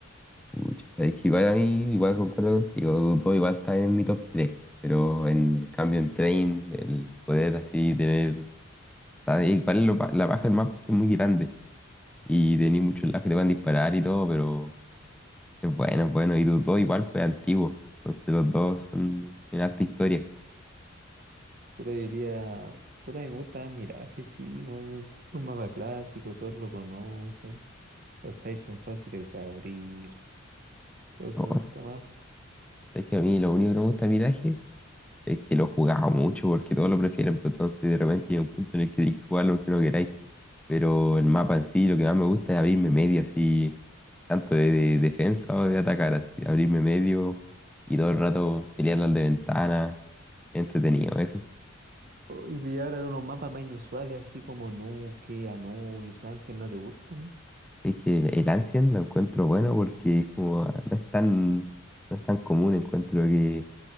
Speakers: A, in the centre; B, on the right.
A: Pucha, sabéis que igual a mí, igual concuerdo contigo, Dupo igual está en mi top 3 pero en cambio en Train, el poder así tener, ¿sabéis? Igual lo pa- la baja del mapa es que es muy grande y tenéis muchos lados que te van a disparar y todo, pero es bueno, es bueno, y Dupo igual fue antiguo, entonces los dos son, tienen harta historia.
B: Puta, yo diría, puta, a mí me gusta Miraje, sí, bueno, un mapa clásico, todos lo conocen. Los sites son fáciles de abrir, por eso
A: Oh,
B: me gusta más.
A: sabéis que a mí lo único que no me gusta de Mirage es que lo jugaba mucho porque todos lo prefieren, pero entonces de repente llega un punto en el que tenéis que jugarlo aunque no queráis. Pero el mapa en sí, lo que más me gusta es abrirme medio así, tanto de, de defensa o de atacar, así, abrirme medio y todo el rato pelear las de ventana, entretenido eso.
B: Oh, y pillar unos mapas más inusuales, así como Nuke, Anubis, Ancient, ¿no te gustan?
A: Es que el Ancient lo encuentro bueno porque es como, ah, no es tan, no es tan común, encuentro que